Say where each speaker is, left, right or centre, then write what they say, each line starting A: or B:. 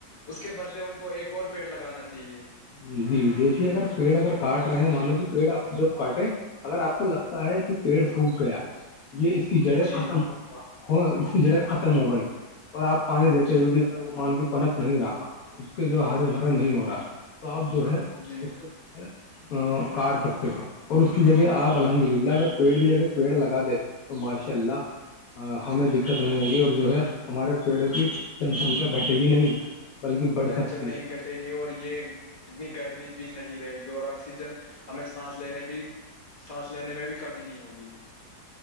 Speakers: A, on the left; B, on the left.
A: اس کے بدلے ان کو ایک اور پیڑ لگانا چاہیے
B: ج جی دیکھیے اگر پیڑ اگر کاٹ رہے ہیں مانو کہ پیڑ آپ جب کاٹے اگر آپ کو لگتا ہے کہ پیڑ سوکھ گیا یہ اس کی جڑیں
A: جی
B: ختم ہونے اس کی جڑیں ختم ہو گئی اور آپ پانی دیتے
A: جی
B: ہوئے بھی وہ مانوی پنپ نہیں رہا اس کے جو ہر بھرا نہیں ہو رہا ہے تو آپ جو ہے
A: جی
B: اس کو ہ کاٹ سکتے ہیں اور اس کی جگہ آپ الحمد للہ اگر پیڑ کی جگہ پیڑ لگا دیں تو ماشاء اللہ ہمیں دقت نہیں ہوگی اور جو ہے ہمارے پیڑوں کی جن سنکھیا گھٹے گی نہیں بلکہ بڑھ
A: ٹینشن
B: سکتی
A: نہیں
B: ہے
A: ک ے گی اور یہ اتنی گرمی بھی نہیں رہے گی اور آکسیجن ہمیں سانس لینے بھی سانس لینے میں بھی کمی نہیں ہوگی